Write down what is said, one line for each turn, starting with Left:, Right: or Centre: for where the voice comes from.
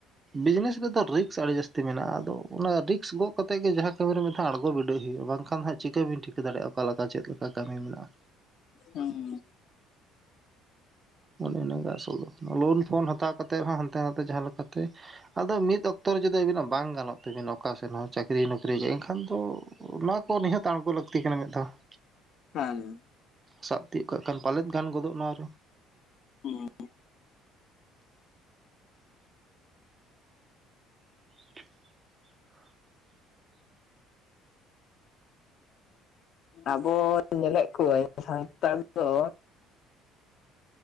Right: ᱵᱤᱡᱽᱱᱮᱥ ᱨᱮᱫᱚ ᱨᱤᱠᱥ ᱟᱹᱰᱤ ᱡᱟᱹᱥᱛᱤ ᱢᱮᱱᱟᱜᱼᱟ ᱟᱫᱚ ᱚᱱᱟ ᱨᱤᱠᱥ ᱜᱚᱜ ᱠᱟᱛᱮᱜ ᱜᱮ ᱡᱟᱦᱟᱸ ᱠᱟᱹᱢᱤ ᱨᱮ ᱢᱤᱫᱷᱟᱣ ᱟᱬᱜᱚ ᱵᱤᱰᱟᱹᱜ ᱦᱩᱭᱩᱜᱼᱟ ᱵᱟᱝᱠᱷᱟᱱ ᱵᱟᱝᱠᱷᱟᱱ ᱦᱟᱼᱜ ᱪᱤᱠᱟᱹ ᱵᱤᱱ ᱴᱷᱤᱠᱟᱹ ᱫᱟᱲᱮᱭᱟᱜᱼᱟ ᱚᱠᱟ ᱞᱮᱠᱟ ᱪᱮᱫ ᱞᱮᱠᱟ ᱠᱟᱹᱢᱤ ᱢᱮᱱᱟᱜᱼᱟ
Left: ᱦᱩᱸ
Right: ᱚᱱᱮ ᱤᱱᱟᱹᱜᱮ ᱟᱥᱚᱞ ᱞᱳᱱ ᱯᱷᱳᱱ ᱦᱟᱛᱟᱣ ᱠᱟᱛᱮᱫ ᱦᱚᱸ ᱦᱟᱱᱛᱮ ᱱᱟᱛᱮ ᱡᱟᱦᱟᱸ ᱞᱮᱠᱟᱛᱮ ᱟᱫᱚ ᱢᱤᱫ ᱚᱠᱛᱚ ᱡᱩᱫᱤ ᱟ. ᱵᱤᱱᱟ ᱵᱟᱝ ᱜᱟᱱᱚᱜ ᱛᱟᱹᱵᱤᱱ ᱚᱠᱟᱥᱮᱫ ᱦᱚᱸ ᱪᱟᱹᱠᱨᱤ ᱱᱚᱠᱨᱤ ᱜᱮ ᱮᱱᱠᱷᱟᱱ ᱫᱚ ᱱᱚᱣᱟ ᱠᱚ ᱱᱤᱦᱟᱹᱛ ᱟᱬᱜᱚ ᱞᱟᱹᱠᱛᱤ ᱠᱟᱱᱟ ᱢᱤᱫ ᱫᱷᱟᱣ <inaudible>
Left: ᱠᱷᱟᱱ
Right: ᱥᱟᱵ ᱛᱤᱭᱩᱜ ᱠᱟᱜ ᱠᱷᱟᱱ ᱯᱟᱞᱮᱱ ᱜᱟᱱ ᱜᱚᱫᱚᱜ ᱱᱚᱣᱟ ᱨᱮ
Left: ᱦᱩᱸ
Right: <inaudible> <unintelligible> <unintelligible>
Left: ᱟᱵᱚ ᱧᱮᱞᱮᱫ ᱠᱚᱣᱟᱹᱧ ᱥᱟᱱᱛᱟᱲ ᱫᱚ